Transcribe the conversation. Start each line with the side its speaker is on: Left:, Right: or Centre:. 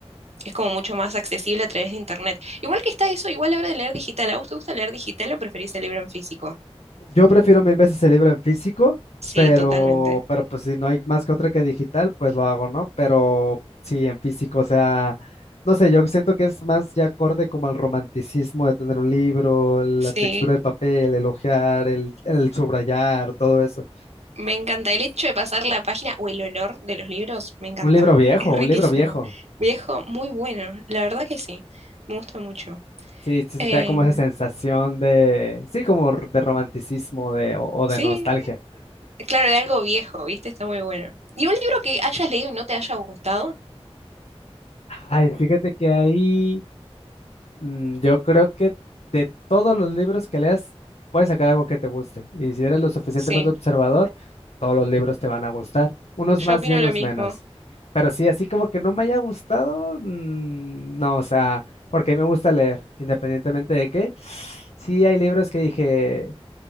Right: es como mucho más accesible a través de internet. Igual que está eso, igual a la hora de leer digital. ¿A vos te gusta leer digital o preferís el libro en físico?
Left: Yo prefiero mil veces el libro en físico,
Right: Sí,
Left: pero,
Right: totalmente.
Left: pero pues si no hay más que otra que digital, pues lo hago, ¿no? Pero sí, en físico, o sea, no sé, yo siento que es más ya acorde como al romanticismo de tener un libro, la
Right: Sí,
Left: textura del papel, el ojear, el, el subrayar, todo eso.
Right: me encanta. El hecho de pasar la página o el olor de los libros, me encanta.
Left: Un libro viejo,
Right: Es riquísimo.
Left: un libro viejo.
Right: Viejo, muy bueno. La verdad que sí. Me gusta mucho.
Left: Sí, sí, se
Right: Eh,
Left: te da como esa sensación de, sí, como r- de romanticismo de, o o de
Right: sí,
Left: nostalgia.
Right: claro, de algo viejo, ¿viste? Está muy bueno. ¿Y un libro que hayas leído y no te haya gustado?
Left: Ay, fíjate que ahí... Mm, Yo creo que de todos los libros que leas, puedes sacar algo que te guste. Y si eres lo suficientemente
Right: Sí,
Left: observador, todos los libros te van a gustar, unos
Right: yo
Left: más
Right: opino
Left: y unos
Right: lo mismo.
Left: menos. Pero sí, así como que no me haya gustado, mm, no, o sea, porque a mí me gusta leer, independientemente de qué. <sniffs> Sí, hay libros que dije